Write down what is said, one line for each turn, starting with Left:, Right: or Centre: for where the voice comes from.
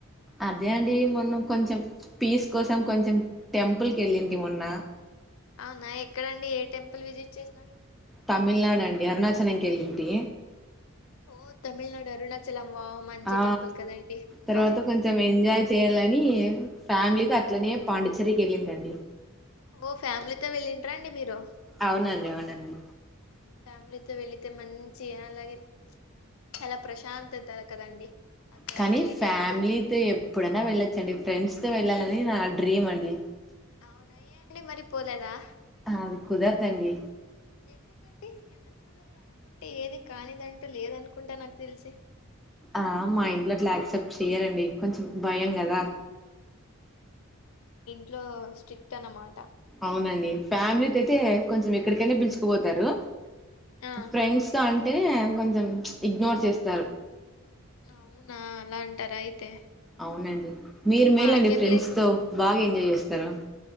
Centre: అదే అండి మొన్న కొంచెం పీస్ కోసం కొంచెం టెంపుల్ కి వెళ్ళింది మొన్న
Left: అవునా ఎక్కడండి ఏ టెంపుల్ విజిట్ చేసిన
Centre: తమిళనాడు అండి అరుణాచలంవకేలింటీ
Left: ఓ తమిళనాడు అరుణాచలం వావ్ మంచి
Centre: ఆ
Left: టెంపుల్ కదండి అబ్బా
Centre: తర్వాత కొంచెం ఎంజాయ్ చేయాలని ఫ్యామిలీతో అట్లనే పాండిచ్చేర్రికి వెళ్ళిందండి
Left: ఓ ఫ్యామిలీతో వెళ్ళింట్రా అండి మీరు
Centre: అవునండి అవునండి
Left: ఫ్యామిలీతో వెళితే మంచి అలాగే చాల ప్రశాంతత కదండి అక్కడ
Centre: కానీ
Left: మళ్ళీ
Centre: ఫ్యామిలీతో
Left: టెంపుల్ని
Centre: ఎప్పుడైనా వెళ్ళొచ్చండి ఫ్రెండ్స్ తో వెళ్ళా లీ అది నా డ్రీమ్ అండి
Left: అవునా ఏ అండి మరి పోలేదా
Centre: అది కుదరదు అండి
Left: ఎందుకండి ఎందుకు కుదరదు అనుకుంటే ఏది కానిదంటూ లేదనుకుంటా నాకు తెలిసి
Centre: ఆ మైండ్ల రిలాక్స్ చేయరండి కొంచెం భయం గదా
Left: ట్లో స్ట్రిక్ట్ అన్నమాట
Centre: అవునండి ఫ్యామిలీ తో అయితే కొంచెం ఎక్కడికైనా పిలుచుకుపోతారు.
Left: ఆ
Centre: ఫ్రెండ్స్ అం టే కొంచెం ఇగ్నోర్ చేస్తారు
Left: అవునా అలా అంటారా అయితే
Centre: అవునండి మీరు మేలండి
Left: మాకేం
Centre: ఫ్రెండ్స్
Left: లేదు
Centre: తో బాగా ఎంజాయ్ చేస్తారు